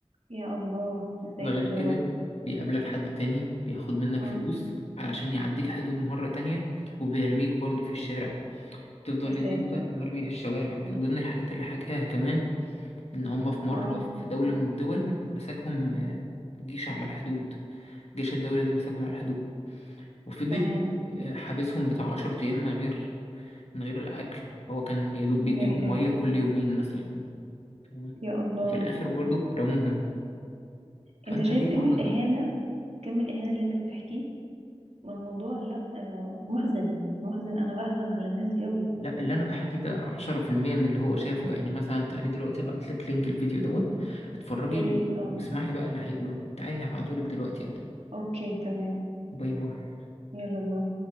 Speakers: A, on the right; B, on the left.
A: يا الله يا ساتر
B: ده غير كده
A: يا رب
B: بيقابلك حد تاني بياخد منك
A: امم
B: فلوس علشان يعديك حدود مرة تانية وبيرميك برضو في الشارع تفضل
A: يا ساتر
B: ان انت مرمي في الشوارع من ضمن الحاجات اللي حكاها كمان ان هما في
A: اه
B: مرة في دولة من الدول مساكهم آه، جيش على الحدود جيش الدولة دي مساكهم على الحدود وفضل
A: كمان
B: آه، حابسهم بتاع عشر أيام من غير من غير الأكل هو كان يا دوب
A: يا
B: بيديهم
A: إلهي
B: مية كل يومين مثلا فاهم؟
A: يا الله
B: وفي الآخر برضو رموهم فأنت
A: انت شايف
B: ليه
A: كم
B: تعرض
A: الإهانة
B: نفسك؟
A: كم الإهانة اللي انت بتحكيه والموضوع لا آه محزن محزن انا بحزن على الناس دي قوي
B: لا اللي أنا بحكيه ده عشرة في المية من اللي هو شافه يعني مثلا تعالي دلوقتي أبعت لك لينك الفيديو دوت اتفرجي
A: يا ريت
B: واسمعي
A: اه
B: بقى اللي هيقوله تعالي هبعتهولك دلوقتي يلا
A: اوكي تمام
B: باي باي
A: يلا باي